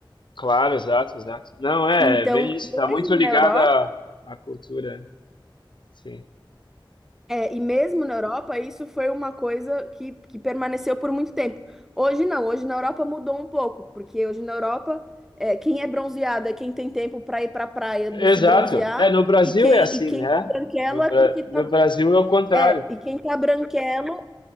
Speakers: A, on the left (about 60°); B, in the centre.
A: Claro, exato, exato. Não, é,
B: Então,
A: é bem isso, tá muito
B: mesmo
A: ligado
B: na Europa,
A: à, à cultura, sim.
B: é, e mesmo na Europa, isso foi uma coisa que, que permaneceu por muito tempo. Hoje não, hoje na Europa mudou um pouco, porque hoje na Europa, é, quem é bronzeado é quem tem tempo para ir para a praia
A: Exato.
B: se bronzear,
A: É, no Brasil
B: e quem,
A: é assim,
B: e quem
A: né?
B: tá branquelo
A: No,
B: é
A: Bra-
B: porque
A: no
B: tá,
A: Brasil é o contrário.
B: é, e quem tá branquelo